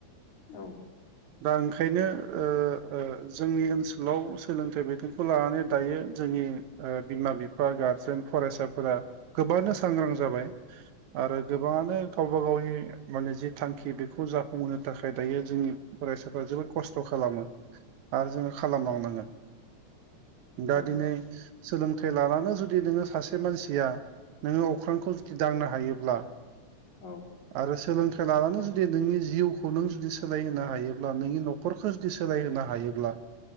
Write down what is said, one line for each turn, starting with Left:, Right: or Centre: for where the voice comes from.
Left: औ।
Right: दा ओंखायनो ओ ओ जोंनि ओनसोलाव सोलोंथाइ बिथिं खौ लानानै दायो जोंनि ओ बिमा बिफा गारजेन फरायसाफोरा गोबानो सांग्रां जाबाय। आरो गोबाङानो गावबा गावनि माने जि थांखि बेखौ जाफुंहोनो थाखाय दायो जोंनि फरायसाफ्रा जोबोद खस्थ' खालामो। खालामो आरो जोङो खालामलांनांगोन। दा
Left: औ
Right: दिनै सोलोंथाइ लानानै जुदि नोङो सासे मानसिया। नोङो अख्रांखौ जुदि दांनो हायोब्ला
Left: औ
Right: आरो सोलोंथाइ लानानै जुदि नोंनि जिउखौ नों जुदि सोलायहोनो हायोब्ला नोंनि न'खरखौ जुदि सोलायहोनो हायोब्ला